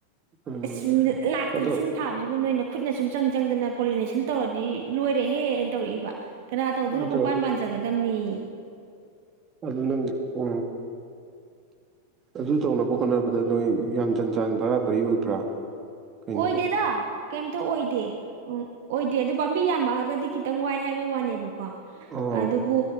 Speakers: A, on the right (about 25°); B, on the right (about 50°).
A: ꯎꯝ
B: ꯑꯁ ꯂꯥꯛꯇ
A: ꯑꯗꯣ
B: ꯂꯤꯁꯤꯡ ꯊꯥꯕꯁꯤꯕꯨ ꯅꯣꯏꯅ ꯈꯨꯠꯅ ꯁꯨꯝ ꯆꯪ ꯆꯪꯗꯅ ꯄꯣꯂꯤꯅꯦꯁꯟ ꯇꯧꯔꯗꯤ ꯂꯣꯏꯔꯦꯍꯦ ꯑꯅ ꯇꯧꯔꯛꯏꯕ ꯀꯅꯥ ꯇꯧꯗꯣꯏꯅꯣ
A: ꯑꯗꯣ
B: ꯃꯄꯥꯟ ꯄꯥꯟꯖꯒꯗꯕꯅꯤ
A: ꯑꯗꯨꯅ ꯎ ꯑꯗꯨ ꯇꯧꯅꯕ ꯍꯣꯠꯅꯕꯗ ꯅꯣꯏ ꯌꯥꯝ ꯆꯟ ꯆꯥꯟ ꯕꯔꯥ ꯕꯔꯤ ꯑꯣꯏꯕ꯭ꯔꯥ ꯀꯩꯅꯣ
B: ꯑꯣꯏꯗꯦꯗ ꯀꯩꯝꯇ ꯑꯣꯏꯗꯦ ꯎ ꯑꯣꯏꯗꯦ ꯑꯗꯣ ꯄꯥꯝꯕꯤ ꯌꯥꯝꯃꯛꯑꯒꯗꯤ ꯈꯤꯇꯪ ꯋꯥꯏ ꯍꯥꯏꯕꯩ ꯋꯥꯅꯦꯕꯀꯣ
A: ꯑꯣ
B: ꯑꯗꯨꯕꯨ